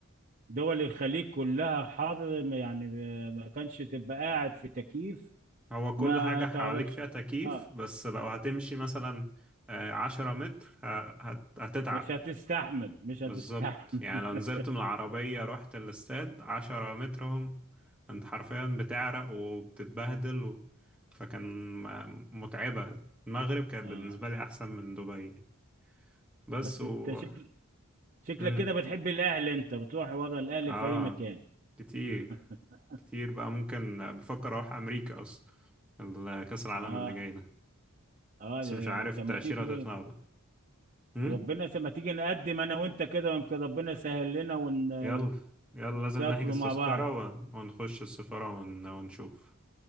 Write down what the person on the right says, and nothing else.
دول الخليج كلها حر يعني ما كانش تبقى قاعد في تكييف
ما
تعرفش
اه
مش هتستحمل مش هتستحمل
<laughs>
اه
بس
انت شكل شكلك
كده بتحب الاهل انت بتروح ورا الاهل
في اي مكان
<laughs>
اه
اه
ده-
طب
ما تيجي
ربنا س- ما تيجي نقدم انا وانت كده ويمكن ربنا يسهل لنا ون...
ونسافروا
مع
بعض